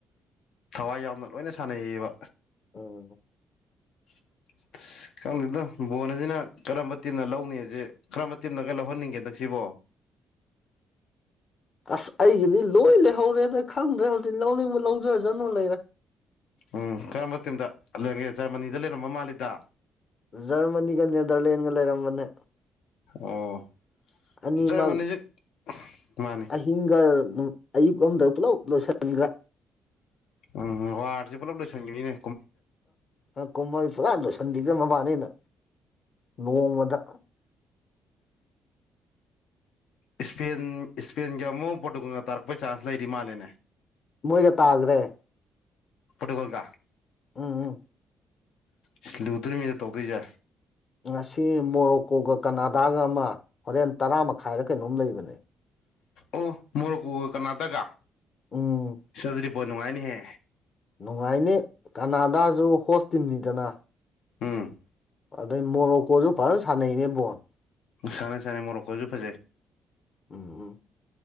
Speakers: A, on the left; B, on the left.
A: ꯊꯋꯥꯏ ꯌꯥꯎꯅ ꯂꯣꯏꯅ ꯁꯥꯟꯅꯩꯌꯦꯕ
B: ꯑꯣ
A: <inaudible> ꯈꯪꯗꯦꯅ ꯕꯣꯜ ꯑꯁꯤꯅ ꯀꯔꯝꯕ ꯇꯤꯝꯅ ꯂꯧꯅꯤꯁꯦ ꯀꯔꯝꯕ ꯇꯤꯝꯅꯒ ꯂꯧꯍꯟꯅꯤꯡꯒꯦ ꯍꯟꯗꯛ ꯁꯤꯕꯣ <inaudible>
B: ꯑꯁ ꯑꯩꯒꯤꯗꯤ ꯂꯣꯏ ꯂꯩꯍꯧꯔꯦꯗ ꯈꯪꯗ꯭ꯔꯦ ꯍꯧꯖꯤꯛ ꯂꯧꯅꯤꯡꯕ ꯂꯧꯖꯔꯥꯖꯅꯨ ꯂꯩꯔꯦ
A: ꯎꯝ ꯀꯔꯝꯕ ꯃꯇꯝꯤꯟꯗ ꯂꯩꯔꯒꯦ ꯖꯔꯃꯅꯤꯗ ꯂꯩꯔꯝꯕ ꯃꯥꯜꯂꯤꯗ
B: ꯖꯔꯃꯅꯤꯒ ꯅꯦꯗꯔꯂꯦꯟꯒ ꯂꯩꯔꯝꯕꯅꯦ
A: ꯑꯣ
B: ꯑꯅꯤꯃꯛ
A: ꯖꯔꯃꯅꯤꯁꯦ ꯃꯥꯅꯤ
B: ꯑꯍꯤꯡꯒ ꯑꯌꯨꯛ ꯑꯃꯝꯗ ꯄꯨꯂꯞ ꯂꯣꯏꯁꯟꯒꯔ꯭ꯦ
A: ꯎꯝ ꯋꯥꯔꯁꯦ ꯄꯨꯂꯞ ꯂꯣꯏꯁꯟꯈꯤꯕꯅꯤꯅꯦ
B: ꯑ ꯀꯨꯝꯃꯩ ꯐꯖꯅꯥ ꯂꯣꯏꯁꯟꯈꯤꯕꯗꯥ ꯃꯕꯥꯅꯤꯅ ꯅꯣꯡꯃꯗ
A: ꯏꯁꯄꯦꯟ ꯏꯁꯄꯦꯟꯒ ꯑꯃꯨꯛ ꯄꯣꯔꯇꯨꯒꯜꯒ ꯇꯥꯔꯛꯄꯩ ꯆꯥꯟꯁ ꯂꯩꯔꯤ ꯃꯥꯜꯂꯦꯅꯦ
B: ꯃꯣꯏꯒ ꯇꯥꯈ꯭ꯔꯦ
A: ꯄꯨꯠꯀꯣꯜꯒ
B: ꯎꯝ ꯎꯝ
A: ꯑꯁ ꯂꯨꯗ꯭ꯣꯏ ꯃꯤꯗ ꯇꯧꯗꯣꯏꯁꯦ
B: ꯉꯁꯤ ꯃꯣꯔꯣꯛꯀꯣꯒ ꯀꯅꯥꯗꯥꯒ ꯑꯃ ꯍꯣꯔꯦꯟ ꯇꯔꯥ ꯃꯈꯥꯏꯗ ꯀꯩꯅꯣꯝ ꯂꯩꯕꯅꯦ
A: ꯑꯣ ꯃꯣꯔꯣꯛꯀꯨ ꯀꯅꯥꯇꯒ
B: ꯎꯝ
A: ꯁꯤ ꯑꯗꯨꯗꯤ ꯕꯣꯠ ꯅꯨꯡꯉꯥꯏꯅꯤꯍꯦ
B: ꯅꯨꯡꯉꯥꯏꯅꯤ ꯀꯅꯥꯗꯥꯁꯨ ꯍꯣꯁ ꯇꯤꯝꯅꯤꯗꯅ
A: ꯎꯝ
B: ꯑꯗꯩ ꯃꯣꯔꯣꯛꯀꯣꯁꯨ ꯐꯖꯅ ꯁꯥꯟꯅꯩꯅꯦꯕꯣꯟ
A: ꯁꯥꯟ ꯁꯥꯟ ꯃꯣꯔꯣꯛꯈꯁꯨ ꯐꯖꯩ
B: ꯎꯝꯝ